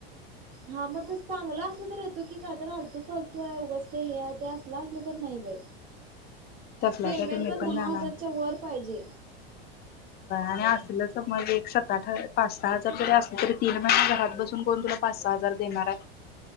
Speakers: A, on the right (about 55°); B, on the left (about 30°).
A: हा मग तसं चांगलं असलं तर येतो की, काय तर हालतू-फालतू आहे, उगाच ते हे हाय ते असलं असल. असल तर नाही बाई.
B: तसल्यासाठी
A: पेमेंट
B: मी पण
A: दहा
B: जाणार,
A: हजारच्या वर पाहिजे
B: आणि असल समज एक सा. पाच-सहा हजार जरी असले तरी तीन महिने घरात बसून कोण तुला पाच-सहा हजार देणार आहे.